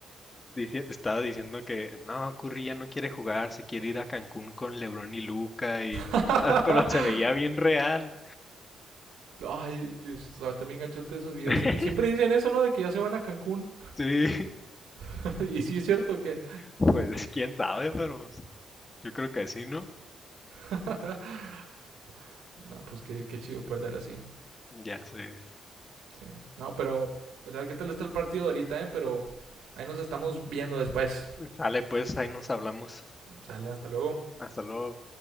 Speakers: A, on the left; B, on the right.
A: dici- estaba diciendo que no, Curry ya no quiere jugar, se quiere ir a Cancún con LeBron y Luca y
B: <laughs>
A: ah, pero se veía bien real.
B: Ay, también gachote esos
A: <laughs>
B: videos. Siempre dicen eso, ¿no? De que ya se van a Cancún.
A: Sí,
B: <laughs> y sí, es cierto que.
A: pues quién sabe, pero pues, yo creo que sí, ¿no?
B: <laughs> no, pues qué, qué chido perder así.
A: Ya se
B: Sí. No, pero pues a ver qué tal está el partido ahorita, ¿eh? Pero ahí nos estamos viendo después.
A: sale, pues ahí nos hablamos.
B: Sale, hasta luego.
A: Hasta luego.